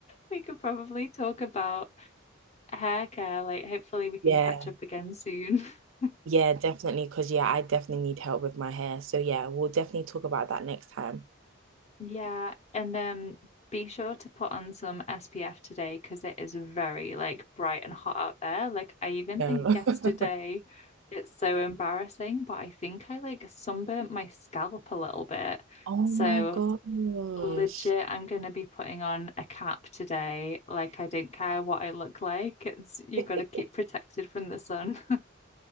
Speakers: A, on the left; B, on the right.
A: we could probably talk about hair care. Like hopefully we can
B: Yeah.
A: catch up again soon. <laughs>
B: Yeah, definitely. Because, yeah, I definitely need help with my hair. So, yeah, we'll definitely talk about that next time.
A: Yeah, and um be sure to put on some SPF today because it is very like bright and hot out there. Like I even
B: No.
A: think
B: <laughs>
A: yesterday it's so embarrassing, but I think I like sunburnt my scalp a little bit.
B: Oh
A: So
B: my gosh.
A: Legit, I'm gonna be putting on a cap today. Like, I don't care what I look like. It's you
B: <laughs>
A: gotta keep protected from the sun. <laughs>